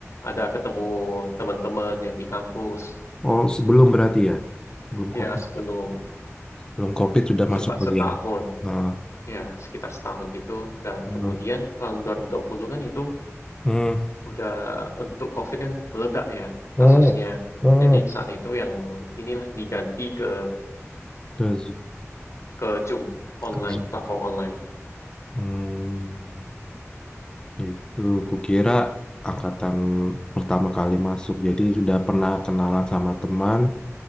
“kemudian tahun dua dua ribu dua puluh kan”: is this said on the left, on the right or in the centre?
Left